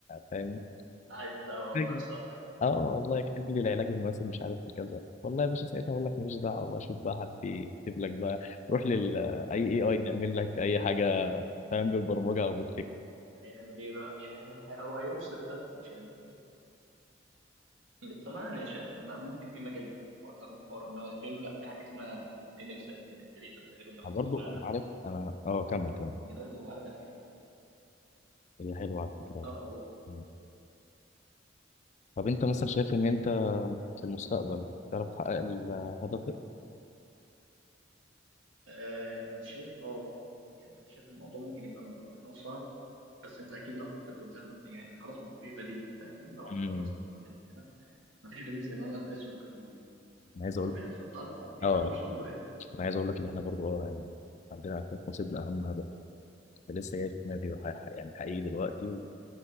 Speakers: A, on the left (about 40°); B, on the right (about 80°).
A: فاهم
B: عايز والله
A: محتاجني
B: مصدق
A: اه والله اكتب لي العلاج المناسب مش عارف إيه كذا والله يا باشا ساعتها اقول لك ماليش دعوة بقى شوف بقى حد يكتب لك بقى روح لل اي اي اي يعمل لك اي حاجة فاهم بالبرمجة او بالفكر
B: هيعمل ايه بقى مش هيعمل حاجه هو هيوصف بس مش هيعمل حاجه بس انا انا شايف ان انا ممكن في مجال بديل هو طالما حوار ان هو يزينه لا في حاجه اسمها لينكس ادمنستريتور تقريبا لو
A: برضه
B: تسمع عنها
A: انا عارف انا اه كمل كمل
B: دي برضه هدف يعني
A: هي حلوة على فكرة والله.
B: اه اقول
A: مم. طب انت مثلا شايف ان انت في المستقبل تعرف تحقق الهدف ده؟
B: آه انا شايف اه يعني انا شايف الموضوع ممكن يبقى رغم ان هو صعب بس انت اكيد لو حطيت قدامها يعني خلاص ما مفيش بديل فاهم لو انا
A: مم.
B: خلاص اتخرجت كده مفيش بديل زي ان انا ادرسه والكلام من ده
A: انا عايز
B: فطبيعي
A: اقول
B: هتحط علاقه اكيد
A: اه
B: هتوصل له يعني
A: انا عايز اقول لك ان احنا برضو اه يعني عندنا اهداف نصيبنا اهم هدف لسه جاي في دماغي وح- ح- يعني حقيقي دلوقتي